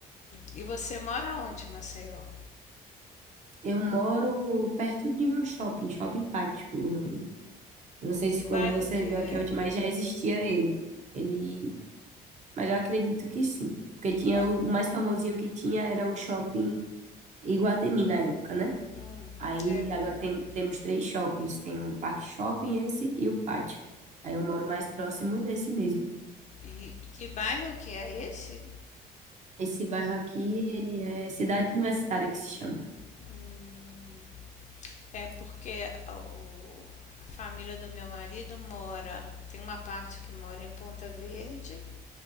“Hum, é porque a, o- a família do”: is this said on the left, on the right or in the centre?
Left